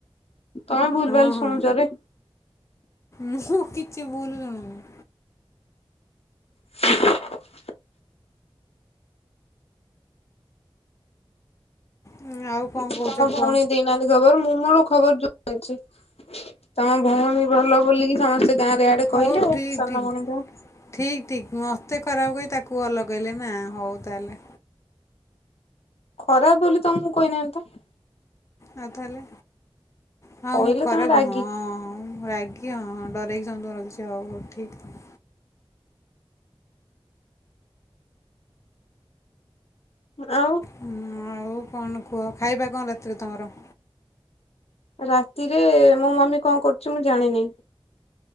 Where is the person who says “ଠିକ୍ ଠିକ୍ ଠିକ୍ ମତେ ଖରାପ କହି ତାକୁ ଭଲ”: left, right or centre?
Left